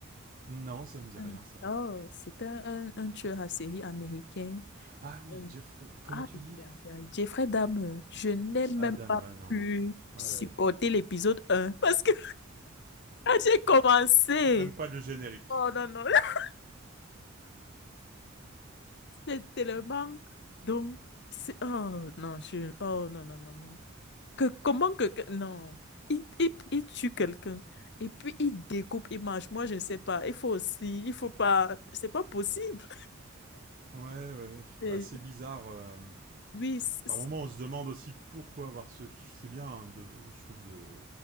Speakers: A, on the right (about 45°); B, on the left (about 60°).
A: non, ça me dit
B: Mm.
A: rien, ça.
B: Oh, c'était un, un tueur à série américain.
A: Ah oui,
B: Euh,
A: Jeffrey, comment
B: Aïe,
A: tu dis
B: aïe, aïe. Jeffrey Dahmer, je n'ai
A: Adam,
B: même pas
A: euh, non,
B: pu
A: non. Ouais,
B: supporter
A: ouais.
B: l'épisode un parce que Quand j'ai commencé,
A: Même pas le générique.
B: oh non, non, <laughs> c'est tellement. Donc, c'est- oh non, je. Oh non, non, non, non. Que, comment que. que- Non. Il, il, il tue quelqu'un. Et puis, il découpe, il mange. Moi, je ne sais pas. Il faut aussi. Il faut pas. C'est pas possible.
A: Ouais, ouais, ouais.
B: C'est-
A: Bah, c'est bizarre. euh,
B: Oui, c'est. c'est-
A: Par moments, on se demande aussi pourquoi avoir ce. C'est bien, hein, de, je trouve, de,